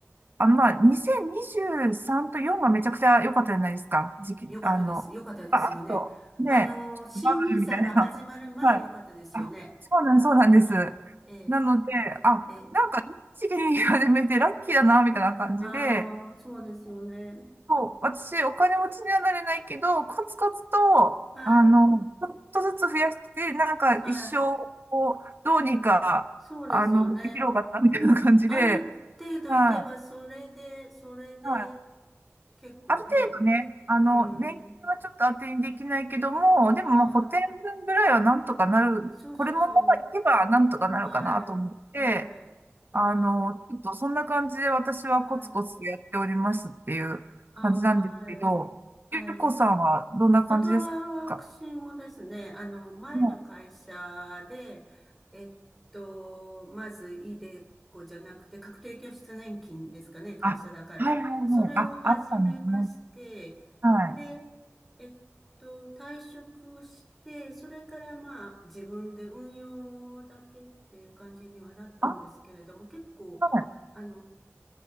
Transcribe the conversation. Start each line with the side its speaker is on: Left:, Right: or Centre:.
Right: あのまあ2023と4がめちゃくちゃ良かったじゃないですか、時期、
Centre: よかったです。
Right: あの、
Centre: よかったですよね。
Right: あ、あと、ね、
Centre: あの新ニーサが始まる前よかったですよね。
Right: バブルみたいな。<laughs> はい。あ、そうなん、そうなんです。
Centre: はい。ええ、
Right: なので、あ、
Centre: ええ。
Right: なんかいい時期に始めてラッキーだな、みたいな感じで、
Centre: ああ、そうですよね。
Right: そう、私、お金持ちにはなれないけど、コツコツと、
Centre: はい。
Right: あの、ちょっとずつ増やして、なんか一生
Centre: はい。
Right: をどうにか、
Centre: そうですよね。
Right: あの、生きろうかな、みたいな感じで、
Centre: ある程度いけば、
Right: はい、
Centre: それで、それで、
Right: はい。
Centre: 結構ね。
Right: ある程度ね、あの、
Centre: うん。
Right: 年金はちょっと当てにできないけども、でもまあ補填分ぐらいはなんとかなる、
Centre: ああ、そうそうそう。
Right: これもまあいけばなんとかなるかなと思って、
Centre: はい。はい。
Right: あの、
Centre: はい。
Right: ちょっとそんな感じで私はコツコツとやっておりますっていう感じなんですけど、
Centre: はい。ああ、はい。はい。
Right: ゆうこさんはどんな感じですか
Centre: 私もですね、あの、前の会社で、
Right: もう、
Centre: えっと、まず、イデコじゃなくて、確定拠出年金ですかね、会社だから。
Right: あ、はいはいはい。
Centre: それを始めまして、
Right: あ、あったんですね。はい。
Centre: で、えっと、退職して、それからまあ、自分で運用だけっていう感じにはなったんですけれども、
Right: あ、
Centre: 結構、
Right: はい。
Centre: あの、